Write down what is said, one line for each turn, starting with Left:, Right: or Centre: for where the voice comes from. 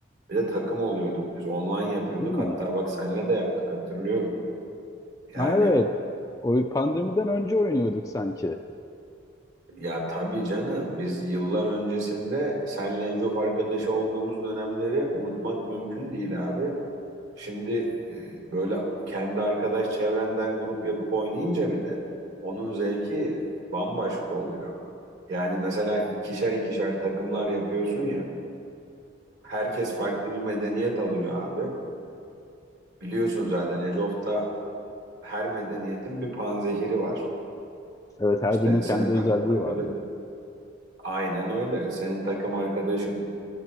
Right: Bir de takım oluyorduk biz. Online yapıyorduk.
Left: Hmm.
Right: Hatta bak senle de yaptık hatırlıyorum. Yani
Left: Ha, evet. O pandemiden önce oynuyorduk sanki.
Right: ya tabii canım biz yıllar öncesinde senle çok arkadaşı olduğumuz dönemleri unutmak mümkün değil abi. Şimdi e, böyle kendi arkadaş çevrenden grup yapıp oynayınca bir de onun zevki bambaşka oluyor. Yani mesela ikişer ikişer takımlar yapıyorsun ya. Herkes farklı bir medeniyet alıyor abi. Biliyorsun zaten Age of'ta her medeniyetin bir panzehiri var.
Left: Evet her
Right: İşte
Left: birinin kendi
Right: senin takım
Left: özelliği
Right: arkadaşın
Left: vardı.
Right: aynen öyle. Senin takım arkadaşın